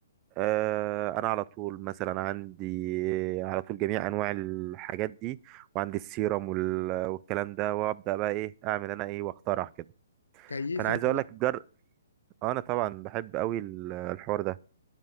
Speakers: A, on the right; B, on the left.
A: آه، انا على طول مثلا عندي آه، على طول جميع انواع الحاجات دي وعندي السيرم وال- والكلام ده وابدا بقى ايه اعمل انا ايه واخترع كده
B: كيف
A: فانا عايز
B: انت
A: اقول
B: بقى
A: لك جر آه، انا طبعا بحب قوي ال- الحوار ده